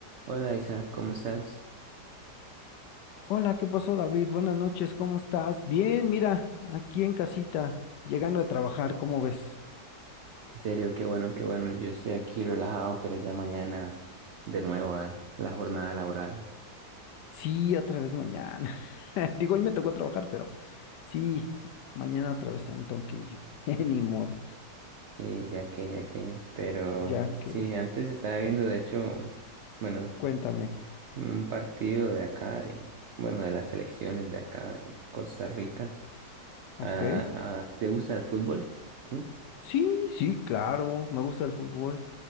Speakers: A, on the right; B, on the left.
A: Hola Isa, ¿cómo estás?
B: Hola, ¿qué pasó, David? Buenas noches, ¿cómo estás? Bien, mira, aquí en casita, llegando a trabajar, ¿cómo ves?
A: En serio, qué bueno, qué bueno. Yo estoy aquí relajado, pero ya mañana de nuevo a la jornada laboral.
B: Sí, otra vez mañana. <laughs> Digo, hoy me tocó trabajar, pero sí, mañana otra vez también tengo que ir yo. <laughs> Ni modo,
A: Sí, ya que, ya que. Pero
B: ya que,
A: sí, antes estaba viendo, de hecho, bueno,
B: cuéntame,
A: un partido de acá, de, bueno, de las selecciones de acá, de Costa Rica.
B: ¿ok?
A: ¿A, a ti te gusta el fútbol? ¿Sí?
B: Sí, sí, claro, me gusta el fútbol.